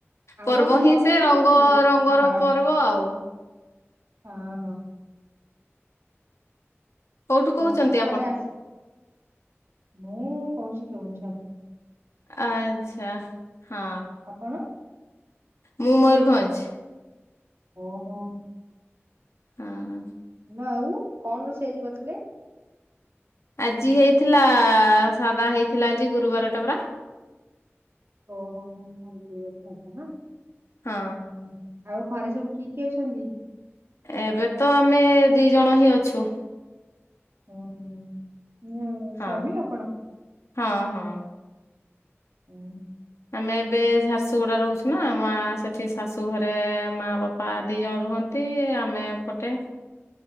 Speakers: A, on the right; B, on the left.
A: ଆଉ
B: ପର୍ବ
A: ଆଜି କଣ
B: ହିଁ ସେ
A: ରୋଷେଇ
B: ରଙ୍ଗ
A: କରିଥିଲେ?
B: ରଙ୍ଗ ରଙ୍ଗର
A: ହଁ
B: ପର୍ବ ଆଉ
A: ହଁ।
B: କୋଉଠୁ କହୁଛନ୍ତି
A: ବର୍ସକୁ ଥରେ
B: ଆପଣ?
A: ଆସେ ମୁଁ କହୁଛି କେଉଁଝର ରୁ
B: ଆଚ୍ଛା ହଁ।
A: ଆପଣ
B: ମୁଁ ମମୂରଭଞ୍ଜ।
A: ଓ ହୋ।
B: ହଁ।
A: ନା ଆଉ କଣ ରୋଷେଇ ଆଜି କରିଥିଲେ?
B: ଆଜି ହେଇଥିଲା ସାଧା ହେଇଥିଲା ଆଜି ଗୁରୁବାର ଟା ପରା
A: ଓହୋ ହୋଁ ଆଜି ଗୁରୁ ବାର ସାଧା ନା
B: ହଁ।
A: ହୁଁ ହୁଁ ଆଉ ଘରେ ସବୁ କି କି ଅଛନ୍ତି?
B: ଏବେ ତ ଆମେ ଦି ଜଣ ହିଁ ଅଛୁ।
A: ଓ ହୁଁ
B: ହଁ।
A: ସ୍ବାମୀ ଆପଣ?
B: ହଁ ହଁ।
A: ଓୁ।
B: ଆମେ ଏବେ ଝାରସୁଗୁଡା ରହୁଛୁ ନା ମା ସେଠି ଶାଶୁ ଘରେ ମା ବାପା ଦି ଜଣ ରୁହନ୍ତି। ଆମେ ଏ ପଟେ